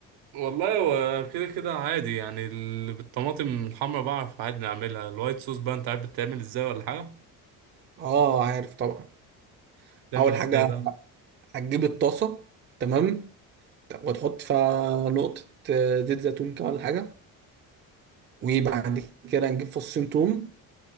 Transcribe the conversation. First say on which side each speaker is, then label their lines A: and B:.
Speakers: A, on the right; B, on the right.
A: والله هو كده كده عادي يعني ال- بالطماطم الحمرا بعرف عادي نعملها الوايت صوص بقى انت عارف بتتعمل ازاي ولا حاجة
B: اه عارف طبعا
A: بتعمل
B: اول حاجة
A: ازاي بقى
B: هتجيب الطاسة تمام وتحط فيها نقطة آه، زيت زيتون كده ولا حاجة وبعد كده نجيب فصين توم